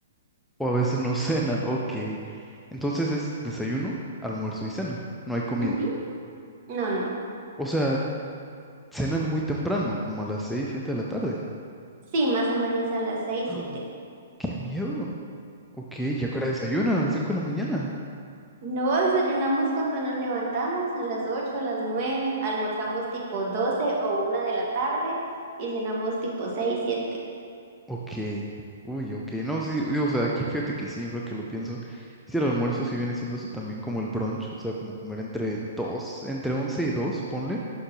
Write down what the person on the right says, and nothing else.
Ujú. No, no.
Sí, más o menos a las
seis,
siete.
No, desayunamos cuando nos levantamos a las 8 a las 9, almorzamos tipo 12 o una de la tarde y cenamos tipo seis siete.